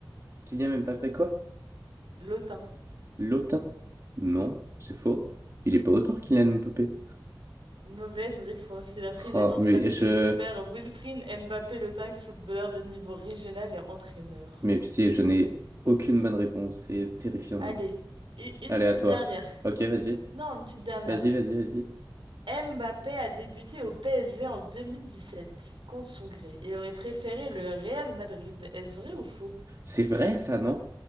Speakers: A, on the right (about 40°); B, on the right (about 75°).
A: Kylian Mbappé, quoi?
B: Lotin.
A: L'OTAN? Non, c'est faux. Il est pas autant, Kylian Mbappé.
B: Mauvaise réponse. Il a pris
A: Ah,
B: le nom
A: mais
B: de famille
A: je...
B: de son père Wilfried Mbappé Lotin, ex-footballeur de niveau régional et entraîneur.
A: Mais pitié, je n'ai aucune bonne réponse, c'est terrifiant.
B: Allez, u- une
A: Allez,
B: petite
A: à toi.
B: dernière.
A: Ok, vas-y.
B: Non, une petite dernière.
A: Vas-y, vas-y, vas-y.
B: Mbappé a débuté au PSG en 2017, contre son gré. Il aurait préféré le Real Madrid. Est-ce vrai ou faux?
A: C'est vrai, ça, non?